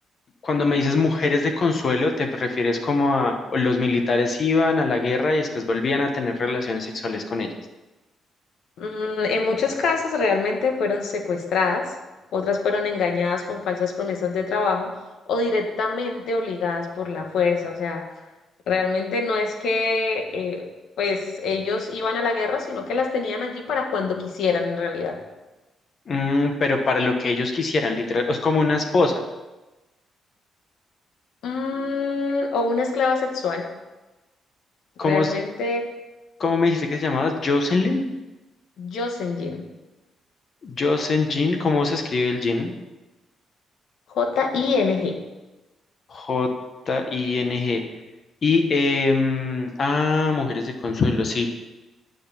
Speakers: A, on the left; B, on the left.
A: cuando me dices mujeres de consuelo, te refieres como a o los militares iban a la guerra y después volvían a tener relaciones sexuales con ellas.
B: Mm, En muchos casos realmente fueron secuestradas, otras fueron engañadas con falsas promesas de trabajo o directamente obligadas por la fuerza. O sea, realmente no es que eh, pues ellos iban a la guerra, sino que las tenían allí para cuando quisieran en realidad.
A: Mm, pero para lo que ellos quisieran, literal, es como una esposa.
B: Mm, o una esclava sexual,
A: ¿Cómo,
B: realmente
A: es- cómo me dijiste que se llamaba? Jocelyn.
B: Jocelyn,
A: Jocelyn Jean, ¿cómo se escribe el Jean?
B: J-I-N-G.
A: J-I-N-G. Y, em, ah, mujeres de consuelo, sí.